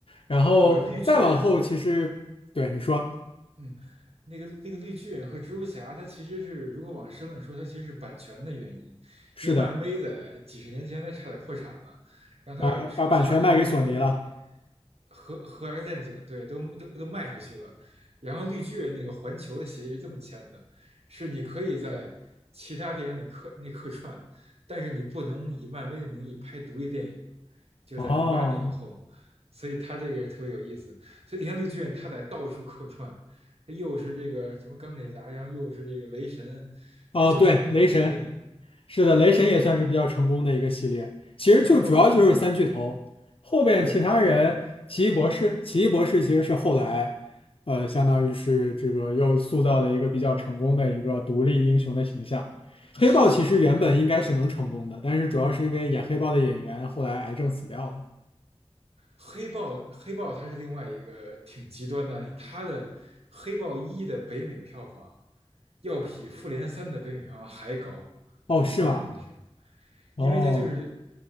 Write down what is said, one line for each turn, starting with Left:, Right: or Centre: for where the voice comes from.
Left: 然后再往后，
Right: 呃，绿巨人和
Left: 其实对你说
Right: 嗯，那个那个绿巨人和蜘蛛侠，它其实是如果往深了说，它其实是版权的原因，
Left: 是的，
Right: 因为漫威在几十年前它差点破产了，然后他把蜘蛛侠和那个
Left: 把把版权卖给索尼了。
Right: 和和 X 战警对都都都卖出去了，然后绿巨人那个环球的协议是这么签的，是你可以在其他电影里客那客串，但是你不能以漫威的名义拍独立电影，就是在零八年以后，
Left: 哦
Right: 所以他这个特别有意思，所以你看绿巨人他在到处客串，他又是这个什么钢铁侠，然后又是这个雷神，
Left: 哦，
Right: 他就是不能拍单体电影，
Left: 对，雷神是的，雷神也算是比较成功的一个系列。
Right: 就
Left: 其实就主要就是三巨头，
Right: 然后
Left: 后边其他人，
Right: 对。
Left: 奇异博士，奇异博士其实是后来，呃，相当于是这个又塑造了一个比较成功的一个独立英雄的形象。黑豹其实原本应该是能成功的，
Right: 是是那个是
Left: 但是主要是因为演黑豹的演员后来癌症死掉了。
Right: 黑豹黑豹它是另外一个挺极端的案例，它的黑豹一的北美票房要比复联三的北美票房还高，
Left: 哦，
Right: 在一八年的时候，
Left: 是吗？哦，
Right: 因为他就是，